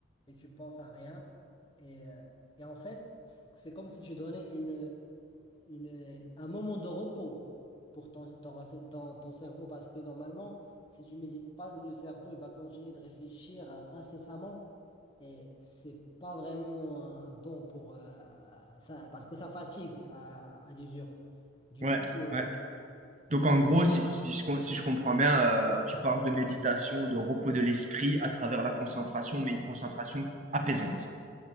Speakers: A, on the left; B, on the right.
A: et tu penses à rien. Et, euh, et en fait, c'est c'est comme si tu donnais une une, euh, un moment de repos pour ton, ton, refai- ton- ton cerveau parce que normalement, si tu médites pas, le cerveau il va continuer de réfléchir euh, incessamment et c'est pas vraiment euh, bon pour euh, ça parce que ça fatigue à, à l'usure. Du
B: Ouais,
A: coup, euh,
B: ouais. Donc
A: c-
B: en gros, si, si je, com- si je comprends bien, euh, tu parles de méditation, de repos de l'esprit à travers la concentration, mais une concentration apaisante.